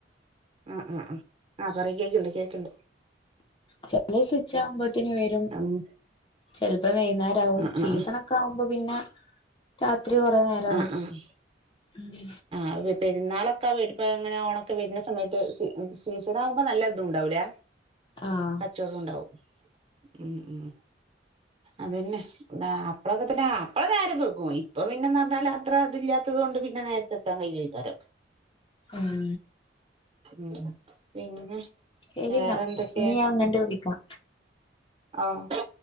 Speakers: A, on the right; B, on the left.
A: ആ ആ ആഹ് ആ പറയ് കേക്ക്ണ്ട് കേക്ക്ണ്ട്.
B: ചെലീസം ഉച്ചാവുമ്പത്തിന് വരും
A: ഉം
B: ചെൽപ്പോ വൈന്നേരാവും
A: ആ ആ
B: സീസണൊ
A: ആ
B: ക്കാകുമ്പോ പിന്നെ രാത്രി കൊറേ നേരാവും
A: ആഹ് ആഹ്
B: ഉം.
A: ആഹ് പെരുന്നാളൊക്കെ വേടിപ്പ അങ്ങനെ ഓണൊക്കെ വരുന്ന സമയത്ത് സ സീസണാകുമ്പോ നല്ല ഇതുണ്ടാവൂലേ.
B: ആഹ്
A: കച്ചവടോണ്ടാവും ഉം ഉം. അതന്നെ അപ്പലക്കൊത്തെന്നേ അപ്പഴ ന്നേരം വേഗ്ഗും ഇപ്പൊ പിന്നെ എന്നാല അത്ര ഇതില്ലാത്തത് കൊണ്ട് പിന്നെ നേര്ത്തെ എത്താൻ കൈയ്യേക്കാരം.
B: ഉം
A: ഉം പിന്നെ
B: ശരിന്ന
A: വേറെ എന്തൊക്കെ
B: ഇനി ഞാൻ അങ്ങട്ട് വിളിക്ക
A: ആഹ്